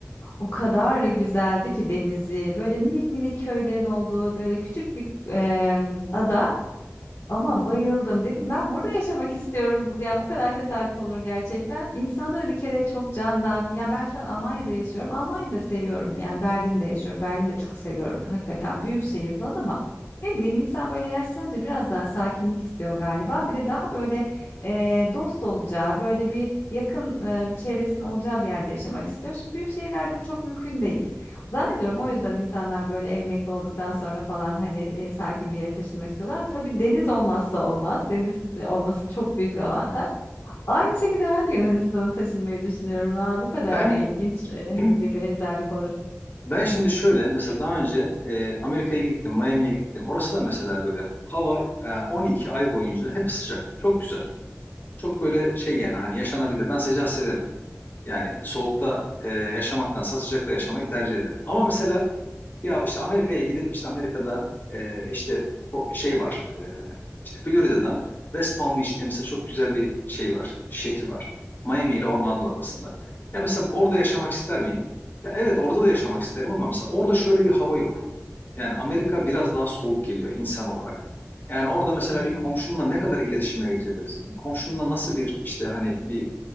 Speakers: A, on the left (about 60°); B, on the left (about 40°).
A: O kadar güzeldi ki denizi, böyle minik minik köylerin olduğu böyle küçük bir e, ada. Ama bayıldım. Dedim ben burada yaşamak istiyorum. Bu- Yani bu kadar tesadüf olur gerçekten. İnsanları bir kere çok candan. Ya ben şu an Almanya'da yaşıyorum. Almanya'da seviyorum. Yani Berlin'de yaşıyorum. Berlin'de çok seviyorum. Hakikaten büyük şehir falan ama ne bileyim insan böyle yaşlanınca biraz daha sakinlik istiyor galiba. Bir de daha böyle e, dost olacağı, böyle bir yakın e, bir çevresinin olacağı bir yerde yaşamak istiyor. Şimdi büyük şehirlerde bu çok mümkün değil. Zannediyorum o yüzden insanlar böyle emekli olduktan sonra falan hani e, sakin bir yere taşınmak istiyorlar. Tabii deniz olmazsa olmaz. Deniz e, olması çok büyük bir avantaj. Aynı şekilde ben de Yunanistan'a taşınmayı düşünüyorum. Valla bu kadar
B: Ben
A: ilginç e,
B: şimdi,
A: bir benzerlik olur.
B: ben şimdi şöyle mesela daha önce e, Amerika'ya gittim, Miami'ye gittim. Orası da mesela böyle hava e, 12 ay boyunca hep sıcak. Çok güzel. Çok böyle şey yani hani yaşanabilir. Ben sıcağı severim. Yani soğukta e, yaşamaktansa sıcakta yaşamayı tercih ederim. Ama mesela ya işte Amerika'ya gidip işte Amerika'da e, işte bu şey var. E, işte Florida'da West Palm Beach diye mesela çok güzel bir şey var. Şehri var. Miami ile Orlando arasında. Ya mesela bu- orada yaşamak ister miyim? Ya evet orada da yaşamak isterim ama mesela orada şöyle bir hava yok. Yani Amerika biraz daha soğuk geliyor insan olarak. Yani orada mesela
A: Hı hı.
B: bir komşunla ne kadar iletişime geçebilirsin? Komşunla nasıl bir işte hani bir